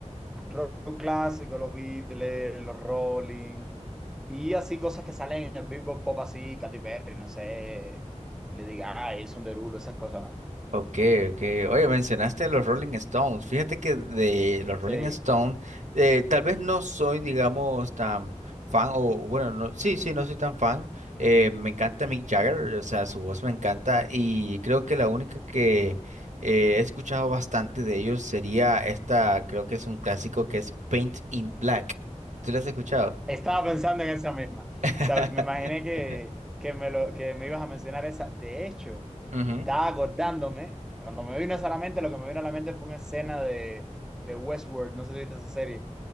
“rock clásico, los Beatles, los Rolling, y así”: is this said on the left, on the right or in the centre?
Centre